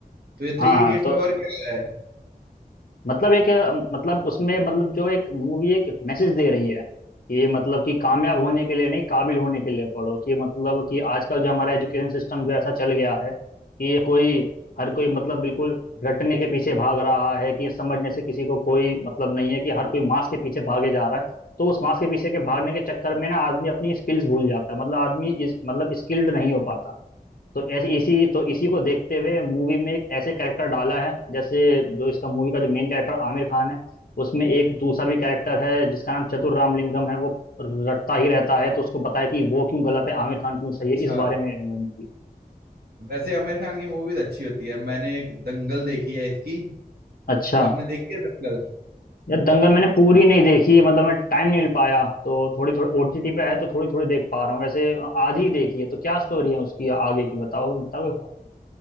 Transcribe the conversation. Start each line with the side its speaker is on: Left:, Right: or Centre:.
Right: तो ये थ्री
Left: हाँ
Right: इडियट्स
Left: तो
Right: में और क्या है
Left: मतलब एक मतलब उसमें मतलब जो एक मूवी एक मैसेज दे रही है कि मतलब कि कामयाब होने के लिए नहीं काबिल होने के लिए पढ़ो कि मतलब कि आजकल जो हमारा एजुकेशन सिस्टम जो ऐसा चल गया है कि कोई हर कोई मतलब बिल्कुल रटने के पीछे भाग रहा है कि समझने से किसी को कोई मतलब नहीं है कि हर कोई मास के पीछे भागे जा रहा है तो उस मास के पीछे के भागने के चक्कर में ना आदमी अपनी स्किल्स भूल जाता है मतलब आदमी इस मतलब स्किल्ड नहीं हो पाता तो ऐसे इसी तो इसी को देखते हुए मूवी में एक ऐसे कैरेक्टर डाला है जैसे जो इसका मूवी का जो मेन कैरेक्टर आमिर खान है उसमें एक दूसरा भी कैरेक्टर है जिसका नाम चतुर रामलिंगम है वो रटता ही रहता है तो उसको बताया कि वो क्यों गलत है आमिर खान क्यों सही
Right: अच्छा
Left: है इस बारे में है वो मूवी
Right: वैसे आमिर खान की मूवीज अच्छी होती है मैंने एक दंगल देखी है इसकी
Left: अच्छा
Right: आपने देखी है दंगल
Left: यार दंगल मैंने पूरी नहीं देखी मतलब मैं टाइम नहीं मिल पाया तो थोड़ी थोड़ी ओटीटी पे है तो थोड़ी थोड़ी देख पा रहा हूँ वैसे आधी ही देखी है तो क्या स्टोरी है उसकी आगे की बताओ बताओ